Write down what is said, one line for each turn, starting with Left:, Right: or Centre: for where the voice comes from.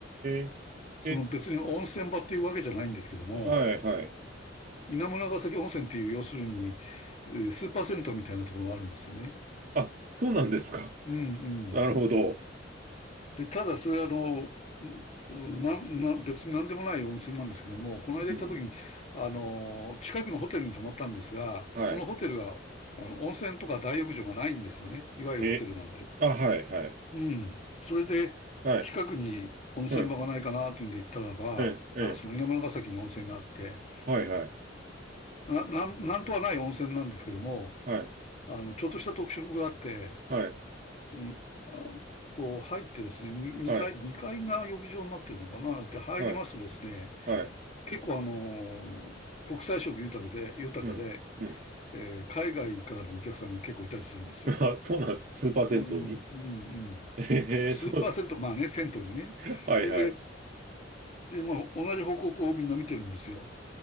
Right: え、
Left: その別に温泉場っていうわけじゃないんですけども、
Right: え、はい、はい。
Left: 稲村ヶ崎温泉っていう、要するに、えースーパー銭湯みたいなところがあるんですよね。
Right: あ、そうなんですか。
Left: うんうん。
Right: なるほど。
Left: で、ただそれはあの、うな、な、別に何でもない温泉なんですけども、この間行った時に、
Right: うん。
Left: あの、近くのホテルに泊まったんですが、
Right: はい。
Left: そのホテルが、あの、温泉とか大浴場がないんですよね。いわゆるホテルなんで。
Right: へ、あ、はい、はい、
Left: うん。それで、
Right: はい、
Left: 近くに温泉場がないかなっていうんで行ったらば、
Right: うん、ええ、ええ、
Left: あ、その稲村ヶ崎に温泉があって、
Right: はい、はい、
Left: な、なん、なんとはない温泉なんですけども、
Right: はい、
Left: あの、ちょっとした特色があって、
Right: はい、
Left: うん、あこう入ってですね、に2階、
Right: はい、
Left: 2階が浴場になってるのかな。で、入りますとですね、
Right: はい、はい、
Left: 結構あの、国際色豊かで、豊かで、
Right: うん、うん。
Left: えー海外からのお客さんが結構いたりするんですよ。
Right: <laughs> あ、そうなんですか、スーパー銭湯に
Left: うん、うん、うん。
Right: <laughs> へえ、
Left: 数パーセント、
Right: そうなん
Left: まあね、銭湯にね。
Right: <laughs> はい、
Left: それで、
Right: はい。
Left: で、まあ、同じ方向をこうみんな見てるんですよ。